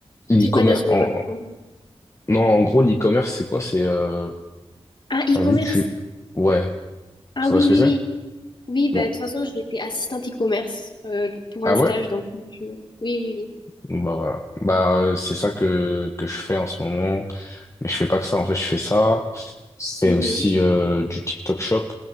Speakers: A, on the left; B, on the left.
A: L'e-commerce,
B: c'est quoi dans une
A: en...
B: école de commerce?
A: non, en gros, l'e-commerce, c'est quoi? C'est, euh...
B: Ah, e-commerce.
A: t'as vu, tu... Ouais,
B: Ah
A: tu
B: oui,
A: vois ce
B: oui,
A: que c'est?
B: oui. Oui, bah,
A: bon
B: de toute façon, j'étais assistante e-commerce euh, pour
A: Ah
B: un stage,
A: ouais?
B: donc je... Oui, oui,
A: Bah voilà. Bah, euh, c'est ça que, que je fais en ce moment. Mais je fais pas que ça, en fait, je fais ça. C'est
B: oui.
A: aussi
B: Mhm.
A: euh, du TikTok Shop.